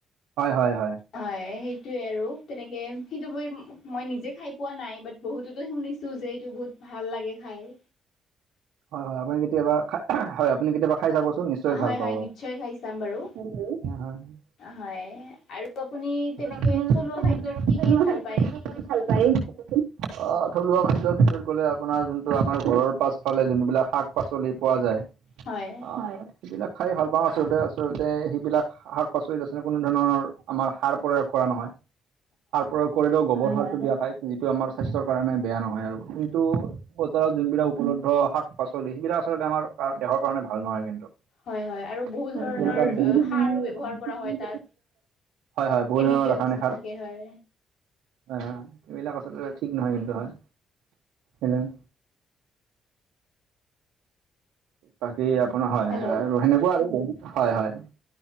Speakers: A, on the right; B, on the left.
A: হয়-হয়-হয়।
B: হয়, সেইটোৱেই আৰু তেনেকে সেইটো <unintelligible> মই নিজে খাই পোৱা নাই, বাট বহুতেতো শুনিছোঁ <unintelligible> শুনিছোঁ যে এইটো বহুত ভাল লাগে খায়।
A: হয়-হয় আপুনি কেতিয়াবা <unintelligible> হয় আপুনি কেতিয়াবা খাই চাব চোন। <unintelligible> নিশ্চয়
B: হয়
A: ভাল পাব।
B: হয়
A: <inaudible> <unintelligible>
B: নিশ্চয় খাই চাম বাৰু হয় আৰু আপুনি তেনেকে
A: আপুনি
B: থলুৱা
A: তেনেকে
B: খাদ্যত কি কি ভাল পায় ক'বচোন
A: <unintelligible> ভাল পায়? অ থলুৱা খাদ্য ভিতৰত গ'লে আপোনাৰ যোনটো আমাৰ ঘৰৰ পাচ <unintelligible> পাছফালে যোনবিলাক শাক-পাচলি পোৱা যায়। <unintelligible>
B: হয়। <unintelligible>
A: অ <unintelligible> সেইবিলাক খাই ভাল পাওঁ, আচলতে-আচলতে সেইবিলাক শাক-পাচলিত আচলতে কোনো ধৰণৰ আমাৰ সাৰ প্ৰয়োগ কৰা নহয়। <unintelligible> সাৰ প্ৰয়োগ কৰিলেও গোবৰ সাৰটো দিয়া হয়। যিটো আমাৰ স্বাস্থ্যৰ কাৰণে বেয়া নহয় আৰু কিন্তু <unintelligible> বতৰত যোনবিলাক উপলব্ধ শাক-পাচলি সেইবিলাক আচলতে আমাৰ দেহৰ কাৰণে ভাল নহয় কিন্তু।
B: হয় হয় আৰু
A: <unintelligible>
B: বহু ধৰণৰ
A: হয়, কেনেকা আছ? আজি
B: অ,
A: কি‌
B: সাৰো
A: বনালি?
B: ব্যৱহাৰ কৰা হয় তাত
A: হয় - হয় বহুত
B: কেমিকেল
A: ধৰণৰ ৰাসায়নিক
B: যিটো
A: সাৰ',
B: থাকে হয়
A: অ' এইবিলাক আচলতে ঠিক নহয় কিন্তু হয়, হ'লেও', বাকী আপোনাৰ হয়
B: হেল্ল'
A: -হয় আৰু সেনেকুৱা আৰু হয় - হয়',